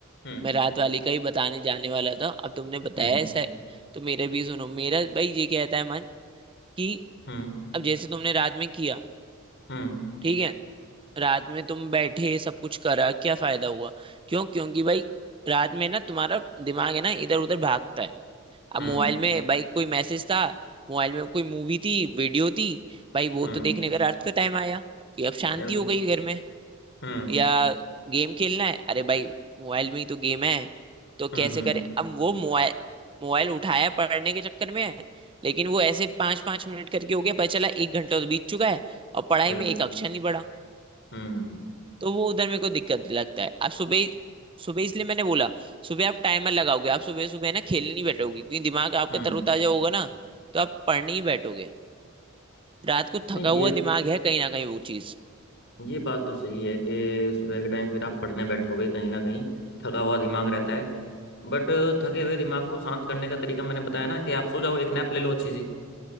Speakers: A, on the left; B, on the right.
A: हम्म
B: मैं रात वाली का ही बताने जाने वाला था अब तुमने बताया
A: हम्म
B: ऐसा है तो मेरे भी सुनो मेरा भाई ये कहता है मन कि
A: हम्म
B: अब जैसे तुमने रात में किया
A: हम्म
B: ठीक है रात में तुम बैठे सब कुछ करा क्या फायदा हुआ क्यों क्योंकि भाई रात में ना तुम्हारा दिमाग है ना इधर उधर भागता है अब
A: हम्म
B: मोबाइल में भाई कोई मैसेज था मोबाइल में कोई मूवी थी वीडियो थी भाई वो
A: हम्म
B: तो देखने का रात का टाइम आया कि अब शांति
A: बिल्कुल
B: हो गई घर में
A: हम्म
B: या गेम खेलना है अरे भाई मोबाइल में ही तो गेम है तो
A: हम्म
B: कैसे
A: हम्म
B: करें अब वो मोबाइल मोबाइल उठाया पढ़ने के चक्कर में है लेकिन वो ऐसे पांच पांच मिनट करके हो गया पता चला एक घंटा तो बीत चुका है और पढ़ाई
A: बिल्कुल
B: में एक अक्षर नहीं पढ़ा
A: हम्म
B: तो वो उधर मेरे को दिक्कत लगता है अब सुबह सुबह इसलिए मैंने बोला सुबह आप टाइमर लगाओगे आप सुबह सुबह ना खेलने नहीं बैठोगे क्योंकि दिमाग आपका
A: हम्म
B: तरोताजा होगा ना तो आप पढ़ने ही बैठोगे रात को
A: नहीं
B: थका
A: ये
B: हुआ दिमाग है कहीं ना कहीं वो चीज
A: ये बात तो सही है कि सुबह के टाइम फिर आप पढ़ने बैठोगे कहीं ना कहीं थका हुआ दिमाग रहता है बट थके हुए दिमाग को शांत करने का तरीका मैंने बताया ना कि आप सो जाओ एक नैप ले लो अच्छी सी